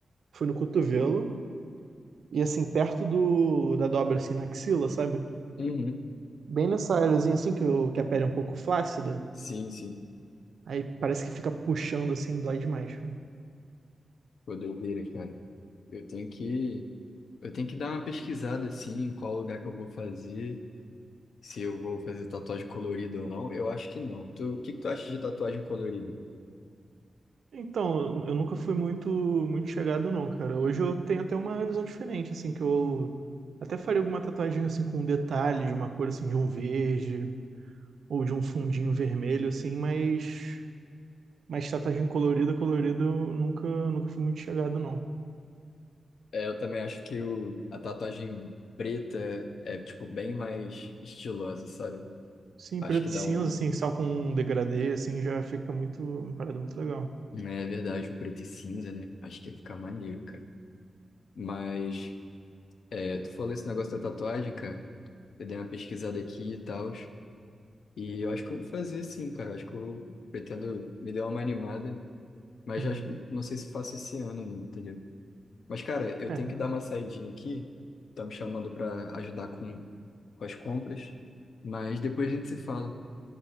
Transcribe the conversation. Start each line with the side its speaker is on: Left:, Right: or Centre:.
Right: foi no cotovelo e, assim, perto do, da dobra, assim, na axila, sabe?
Left: Uhum.
Right: Bem nessa áreazinha, assim, que, o- que a pele é um pouco flácida.
Left: Sim, sim.
Right: Aí parece que fica puxando, assim, dói demais, cara.
Left: Pô, doideira, cara. Eu tenho que, eu tenho que dar uma pesquisada, assim, em qual lugar que eu vou fazer, se eu vou fazer tatuagem colorida ou não. Eu acho que não. Tu, o que que tu acha de tatuagem colorida?
Right: Então, eu nunca fui muito muito chegado não, cara. Hoje eu tenho até uma visão diferente, assim, que eu até faria alguma tatuagem assim com um detalhe de uma cor assim de um verde ou de um fundinho vermelho assim, mas mas tatuagem colorida, colorida eu nunca nunca fui muito chegado não.
Left: É, eu também acho que o, a tatuagem preta é, tipo, bem mais estilosa, sabe?
Right: Sim,
Left: Acho
Right: preto
Left: que
Right: e
Left: dá
Right: cinza
Left: um...
Right: assim, só com um degradê assim já fica muito uma parada muito legal.
Left: É verdade, o preto e cinza, né? Acho que ia ficar maneiro, cara. Mas... É, tu falou esse negócio da tatuagem, cara. Eu dei uma pesquisada aqui e tal. E eu acho que eu vou fazer sim, cara. Eu acho que eu pretendo me dar uma animada. Mas
Right: Uhum.
Left: já não sei se faço esse ano ainda, entendeu? Mas, cara, eu
Right: É,
Left: tenho que dar uma saidinha aqui. Tá me chamando pra ajudar com, com as compras. Mas depois a gente se fala.